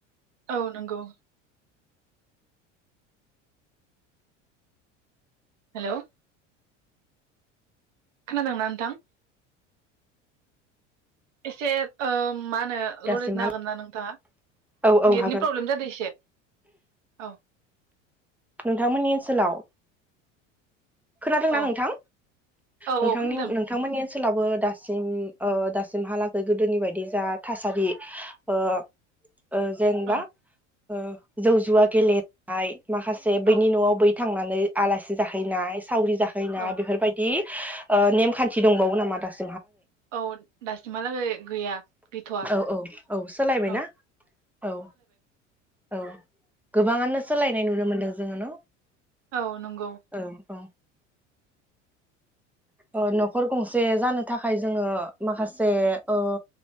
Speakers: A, on the right (about 75°); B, in the centre.
A: औ नंगौ हेल' खोनादोंना नोंथां? एसे ओम मा होनो
B: दासिमहा
A: लरिटनो हागोन ना नोंथाङा?
B: औ औ
A: नेटनि
B: हागोन
A: प्रब्लेम जादों एसे औ
B: नोंथां मोननि ओनसोलाव खोनादोंना
A: औ
B: नोंथां
A: औ
B: नोंथांनि
A: औ खोनादों
B: नोंथांमोननि ओनसोलाबो दासिम ओ दासिमहालागै गोदोनि बायदि जा थासारि ओ ओ जेनबा
A: औ
B: ओ जौ जुवा गेलेनाय माखासे जे
A: औ
B: बैनि न'आव बै थांनानै आलासि जाहैनाय सावरि थाहैनाय
A: औ
B: बेफोरबायदि ओ नेमखान्थि दंबावो नामा दास
A: औ दासिमहालागै गैया गैथ'वा
B: औ औ औ सोलायबायना
A: औ
B: औ औ गोबाङानो सोलायनाय नुनो मोनदों जोङो न'
A: औ नंगौ
B: औ औ ओ न'खर गंसे जानो थाखाय जोङो माखासे ओ